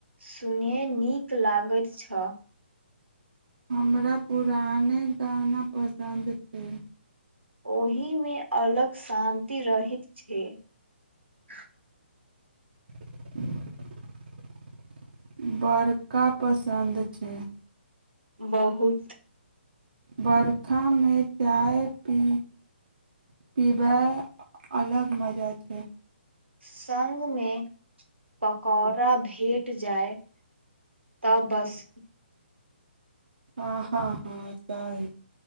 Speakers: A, on the right; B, on the right.
A: सुनय नीक लागैत छल
B: हमरा पुराने गाना पसन्द छै
A: ओ मे अलग शान्ति रहैत छै <unintelligible>
B: <unintelligible> बड़का पसन्द छै ठीक
A: बहुत
B: बर्खामे चाय पीबय अलग मजा छै।
A: सग मे पकौड़ा भेट जाय तऽ बस
B: हँ हँ हँ त ही